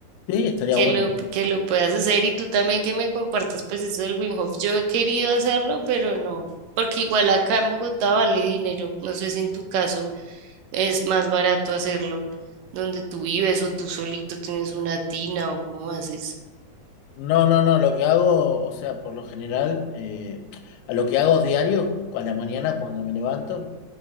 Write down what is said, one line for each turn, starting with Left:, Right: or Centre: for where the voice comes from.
Left: sí, estaría
Right: que
Left: bueno.
Right: lo, que lo puedas hacer y tú también que me compartas pues eso del Wim Hof. Yo he querido hacerlo, pero no, porque igual acá en Bogotá vale dinero. No sé si en tu caso es más barato hacerlo donde tú vives o tú solito tienes una tina o cómo haces.
Left: No, no, no, lo que hago, o sea, por lo general, eh, a lo que hago diario, a la mañana cuando me levanto,